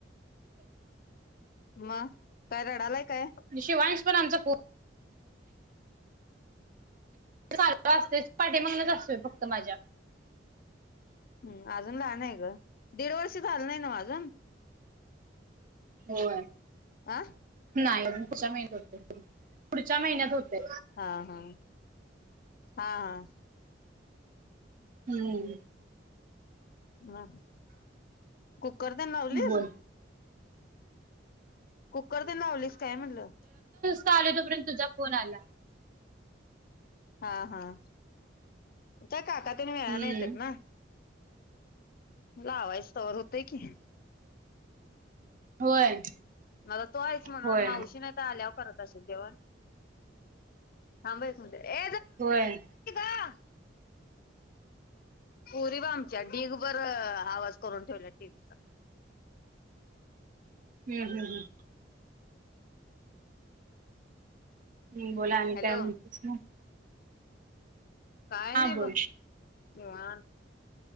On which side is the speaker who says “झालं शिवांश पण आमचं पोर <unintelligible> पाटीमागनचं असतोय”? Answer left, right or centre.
Right